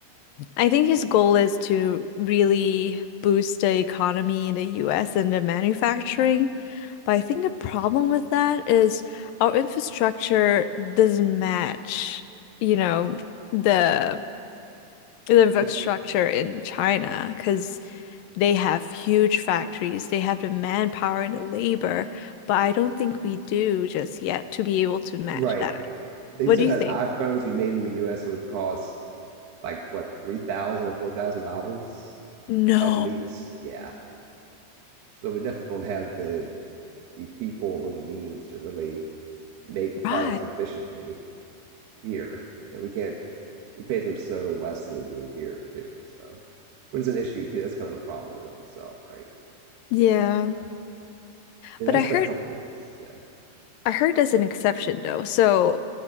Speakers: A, on the left (about 75°); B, on the right (about 85°).
A: I think his goal is to really boost the economy in the US and the manufacturing. But I think the problem with that is our infrastructure doesn't match, you know, the the infrastructure
B: Like,
A: in China because they have huge factories, they have the manpower and the labor, but I don't think we do just yet to be able to match
B: right.
A: that.
B: They
A: What
B: said
A: do you
B: that
A: think?
B: an iPhone, if you made in the US, it would cost like what, three thousand or four thousand dollars
A: No,
B: at least. Yeah. So we definitely don't have the the people or the means to really make
A: right.
B: products efficiently here. And we can't we pay them so less than we do here too. So which is an issue too. That's kind of a problem in and of itself, right?
A: Yeah,
B: But uh and
A: but
B: that's
A: I heard
B: the companies. Yeah.
A: I heard as an exception though. So